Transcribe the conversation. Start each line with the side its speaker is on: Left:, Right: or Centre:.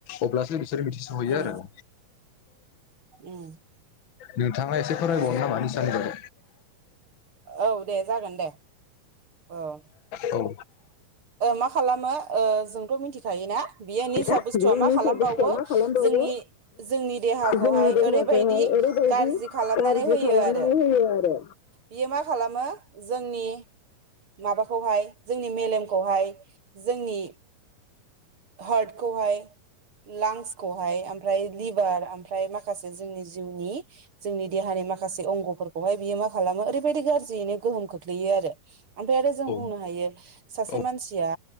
Left: अब्लासो बिसोर मिथिस'हैयो
Right: उम
Left: आरो।
Right: उम
Left: नोंथाङा एसे फरायबावनो
Right: औ
Left: नामा निसानि बादै
Right: औ दे जागोन दे औ
Left: औ।
Right: मा खालामो ओ जोंथ' मिथिखायोना बियो निसा
Left: बियो
Right: बुस्थुआ मा
Left: निसा
Right: खालामबावो
Left: बुस्थुआ मा खालामबावो
Right: जोंनि जोंनि देहाखौहाय
Left: जोंनि देहाखौहाय
Right: ओरैबायदि
Left: ओरैबायदि
Right: गाज्रि खालामनानै
Left: गाज्रि
Right: होयो
Left: खालामनानै
Right: आरो।
Left: होयो आरो
Right: बियो मा खालामो जोंनि माबाखौहाय जोंनि मेलेमखौहाय जोंनि हार्टखौहाय लांसखौहाय ओमफ्राय लिभार ओमफ्राय माखासे जोंनि जिउनि जोंनि देहानि माखासे अंगफोरखौहाय बियो मा खालामो ओरैबायदि गाज्रियैनो गोहोम खोख्लैयो आरो। ओमफ्राय आरो जों
Left: औ
Right: बुंनो हायो सासे
Left: औ
Right: मानसिया